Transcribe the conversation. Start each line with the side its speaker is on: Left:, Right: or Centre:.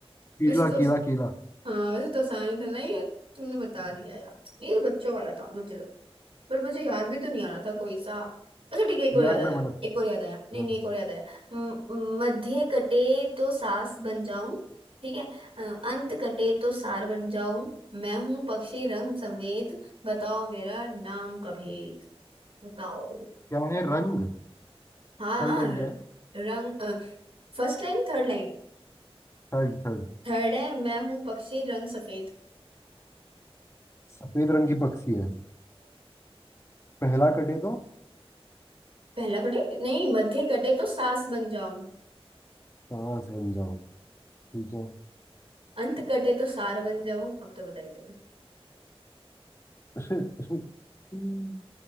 Left: कीला
Right: वैसे तो
Left: कीला कीला
Right: हाँ वैसे तो आसानी था ना ये तुमने बता दिया यार ये तो बच्चों वाला था मुझे लग बट मुझे याद भी तो नहीं आ रहा था कोई सा अच्छा ठीक है एक और
Left: यार
Right: याद आया
Left: मैं बना
Right: एक और याद आया नहीं
Left: हाँ,
Right: नहीं एक और याद आया म- म- मध्य कटे तो सास बन जाऊं ठीक है अ, अंत कटे तो सार बन जाऊं मैं हूं पक्षी रंग सफेद बताओ मेरा नाम का भेद बताओ
Left: क्या है रंग
Right: हाँ
Left: थर्ड
Right: हाँ,
Left: लाइन क्या है
Right: रंग first line third line
Left: थर्ड थर्ड
Right: third है मैं हूं पक्षी रंग सफेद
Left: सफेद रंग की पक्षी है पहला कटे तो
Right: पहला कटे नहीं मध्य कटे तो सास बन जाऊं
Left: सांस बन जाओ ठीक
Right: अंत कटे तो सार बन जाऊं अब तो बता ही देना
Left: है <laughs>